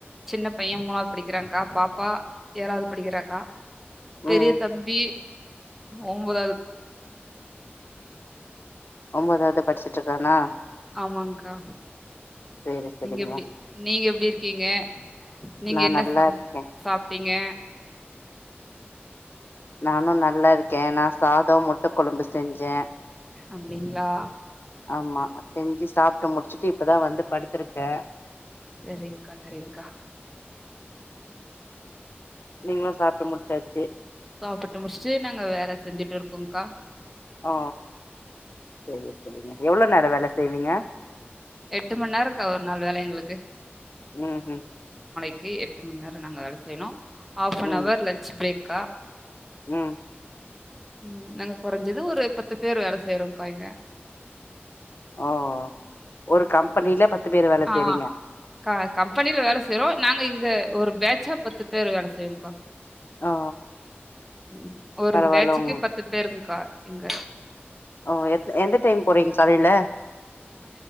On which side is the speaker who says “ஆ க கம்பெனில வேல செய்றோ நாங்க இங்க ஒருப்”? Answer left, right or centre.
Centre